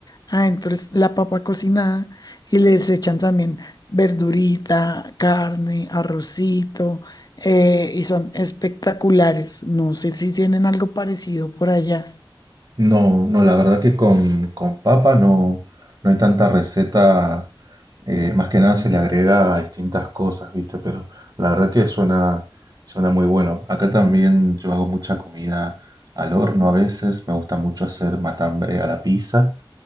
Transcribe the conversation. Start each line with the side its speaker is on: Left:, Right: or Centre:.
Left: Adentro es la papa cocinada y les echan también verdurita, carne, arrocito, eh, y son espectaculares. No sé si tienen algo parecido por allá.
Right: No, no, la verdad que con, con papa no, no hay tanta receta, eh, más que nada se le agrega distintas cosas, ¿viste? Pero la verdad que suena, suena muy bueno. Acá también yo hago mucha comida al horno a veces, me gusta mucho hacer matambre a la pizza.